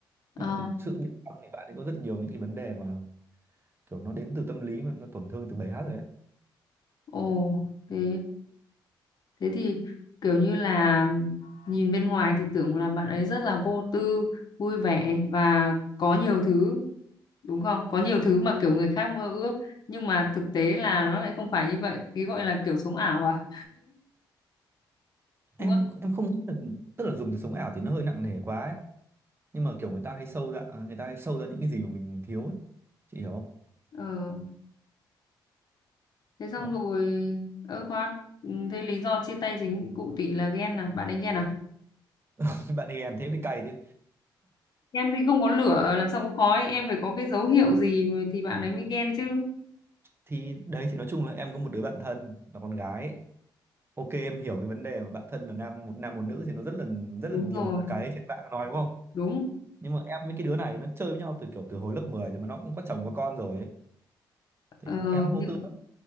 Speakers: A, on the right; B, on the left.
A: nhưng
B: ờ
A: mà thực sự bên trong thì bạn ấy có rất nhiều những cái vấn đề mà kiểu nó đến từ tâm lý mà nó tổn thương từ bé hát rồi ấy
B: ồ thế thế thì kiểu như là nhìn bên ngoài thì tưởng là bạn ấy rất là vô tư vui vẻ và có nhiều thứ đúng không có nhiều thứ mà kiểu người khác mơ ước nhưng mà thực tế là nó lại không phải như vậy cái gọi là kiểu sống ảo à
A: em
B: đúng không
A: em không nghĩ là tức là dùng từ sống ảo thì nó hơi nặng nề quá ấy. nhưng mà kiểu người ta hay sâu ra à, người ta hay sâu ra những cái gì mà mình thiếu ấy chị hiểu không
B: ờ thế xong
A: đó
B: rồi ơ khoan ừ, thế lý do chia tay chính cụ tỷ là ghen à bạn ấy ghen à
A: <laughs> bạn ấy ghen thế mới cay chứ
B: ghen thì không có lửa làm sao có khói em phải có cái dấu hiệu gì thì bạn ấy mới ghen chứ
A: thì đấy thì nói chung là em có một đứa bạn thân là con gái ấy. ok em hiểu cái vấn đề mà bạn thân là nam một nam một nữ thì nó rất là rất
B: đúng
A: là nhiều
B: rồi
A: cái trên mạng nói đúng không
B: đúng
A: nhưng mà em với cái đứa này nó chơi với nhau từ kiểu từ hồi lớp 10 rồi mà nó cũng có chồng có con rồi ấy thì
B: ờ,
A: em
B: những
A: vô tư lắm